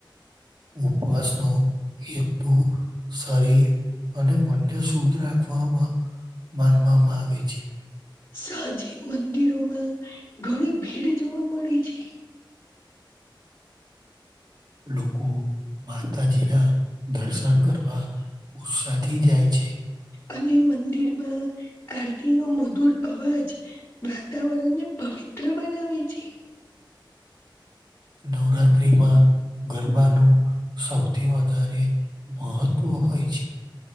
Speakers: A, on the right; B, on the left.
A: ઉપવાસનો એક. તું શરીર અને મનને શુદ્ધ રાખવામાં. માનવામાં આવે છે.
B: સાજી મંદિરોમાં ઘણી ભીડ જોવા મળી છે.
A: લોકો. માતાજી ના દર્શન કરવા ઉત્સાહથી જાય છે.
B: અને મંદિરમાં આરતી નો મધુર અવાજ વાતાવરણને. પવિત્ર બનાવી છે.
A: નવરાત્રીમાં. ગરબાનું સૌથી વધારે મહત્ત્વ હોય છે.